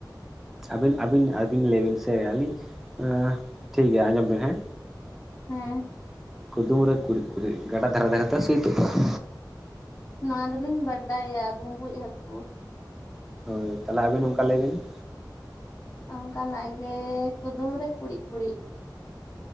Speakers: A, in the centre; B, on the left.
A: ᱟᱹᱵᱤᱱ ᱟᱹᱵᱤᱱ ᱟᱹᱵᱤᱱ ᱞᱟᱹᱭ ᱵᱤᱱ ᱥᱮ ᱟᱹᱞᱤᱧ ᱮᱸ ᱴᱷᱤᱠ ᱜᱮᱭᱟ ᱟᱸᱡᱚᱢ ᱵᱤᱱ ᱦᱮᱸ᱾
B: ᱦᱮᱸ ᱾
A: ᱠᱩᱫᱩᱢ ᱨᱮ ᱠᱩᱲᱤᱫ ᱠᱩᱲᱤᱫ ᱜᱟᱰᱟ ᱫᱷᱟᱨᱮ ᱫᱷᱟᱨᱮ ᱛᱮ ᱥᱩᱭ ᱛᱚᱯᱟ ᱾
B: ᱱᱚᱣᱟ ᱫᱚᱞᱤᱧ ᱵᱟᱰᱟᱭᱟ ᱵᱩᱸᱵᱩᱡ ᱦᱟᱹᱠᱩ ᱾
A: ᱦᱳᱭ ᱛᱟᱞᱦᱮ ᱟᱵᱤᱱ ᱚᱝᱠᱟ ᱞᱟᱹᱭ ᱵᱤᱱ ᱾
B: ᱚᱱᱠᱟᱱᱟᱜ ᱜᱮ ᱠᱩᱫᱩᱢ ᱨᱮ ᱠᱩᱲᱤᱫ ᱠᱩᱲᱤᱫ ᱼᱼ